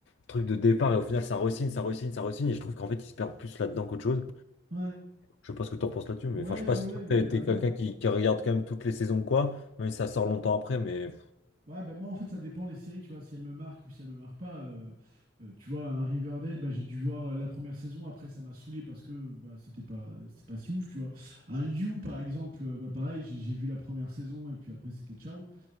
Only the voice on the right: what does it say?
Ouais,
ouais,
ouais,
ouais,
mais
carrément.
Ouais, bah moi en fait ça dépend les séries, tu vois, si elles me marquent ou si elles me marquent pas. euh, euh, tu vois, un Riverdale, bah, j'ai dû voir euh, la première saison, après ça m'a saoulé parce que bah, c'était pas, c'était pas si ouf, tu vois. Un You par exemple, euh, bah, pareil, j'ai j'ai vu la première saison et puis après c'était ciao.